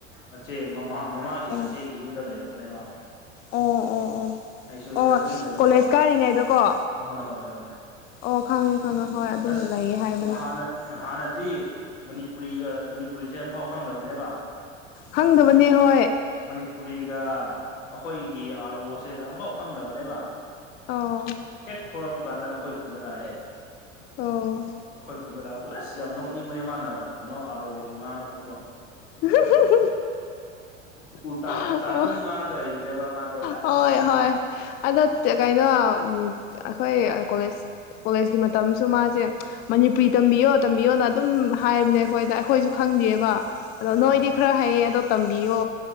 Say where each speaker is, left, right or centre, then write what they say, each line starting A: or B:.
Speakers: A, on the left; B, on the left.
A: ꯃꯆꯦ ꯃꯃꯥ ꯃꯃꯥꯒꯤ
B: ꯑꯣ
A: ꯃꯆꯦꯒꯤ ꯌꯨꯝꯗ ꯂꯩꯔꯛꯄꯅꯦꯕ ꯎꯝ
B: ꯑꯣ ꯑꯣ ꯑꯣ
A: ꯑꯩꯁꯨ ꯑꯗꯨꯗ
B: ꯑꯣ
A: ꯑꯗꯨꯝ ꯂꯩꯔꯛꯄ
B: ꯀꯣꯂꯦꯖ ꯀꯥꯔꯤꯉꯩꯗꯀꯣ
A: ꯍꯣꯏ ꯍꯣꯏ ꯍꯣꯏ
B: ꯑꯣ ꯈꯪꯉꯦ ꯈꯪꯉꯦ ꯍꯣꯏ ꯑꯗꯨꯝ
A: ꯑꯁ
B: ꯂꯩꯌꯦ ꯍꯥꯏꯕꯅꯦ
A: ꯍꯥꯟꯅ ꯍꯥꯟꯅꯗꯤ ꯃꯅꯤꯄꯨꯔꯤꯒ ꯃꯅꯤꯄꯨꯔꯤꯁꯦ ꯑꯃꯐꯥꯎ ꯈꯪꯗꯕꯅꯦꯕ
B: ꯈꯪꯗꯕꯅꯦ
A: ꯃꯅꯤ
B: ꯍꯣꯏ
A: ꯃꯅꯤꯄꯨꯔꯤꯒ ꯑꯩꯈꯣꯏꯒꯤ ꯑꯥꯔ ꯒ‌ꯣꯁ‌ꯦ ꯑꯝꯐꯥꯎ ꯈꯪꯗꯕꯅꯦꯕ
B: ꯑꯣ
A: ꯍꯦꯛ ꯊꯣꯛꯂꯛꯄ ꯀꯥꯟꯗ ꯑꯩꯈꯣꯏ ꯈꯨꯟꯗ ꯂꯥꯛꯑꯦ
B: ꯑꯣ
A: ꯑꯈꯣꯏ ꯈꯨꯟꯗ ꯂꯥꯎꯕꯗ ꯑꯁ ꯌꯥꯝ ꯅꯣꯛꯅꯤꯡꯕꯅꯦ ꯃꯥꯅ ꯀꯩꯅꯣ ꯑꯥꯔ ꯑꯣꯒ ꯉꯥꯡ ꯅꯛꯄꯗꯣ
B: <unintelligible>
A: ꯎꯇꯥ ꯄꯨꯜꯇꯥ
B: ꯑꯣ
A: ꯑꯗꯨꯝ ꯉꯥꯡꯂꯒ ꯂꯩꯕꯅꯦꯕ ꯃꯥꯗꯣ ꯑꯁ
B: ꯍꯣꯏ ꯍꯣꯏ ꯑꯗꯣ ꯀꯩꯅꯣ ꯎꯝ ꯑꯩꯈꯣꯏ ꯀꯣꯂꯦꯖ ꯀꯣꯂꯦꯖꯀꯤ ꯃꯇꯝꯁꯨ ꯃꯥꯁꯦ ꯃꯅꯤꯄꯨꯔꯤ ꯇꯝꯕꯤꯌꯣ ꯇꯝꯕꯤꯌꯣꯅ ꯑꯗꯨꯝ ꯍꯥꯏꯕꯅꯦ
A: ꯎꯝ
B: ꯑꯩꯈꯣꯏꯗ ꯑꯩꯈꯣꯏꯁꯨ ꯈꯪꯗꯦꯕ ꯑꯗꯣ
A: ꯑꯥ
B: ꯅꯣꯏꯗꯤ ꯈꯔ ꯈꯔ ꯍꯥꯏꯌꯦ ꯑꯗꯣ ꯇꯝꯕꯤꯌꯣ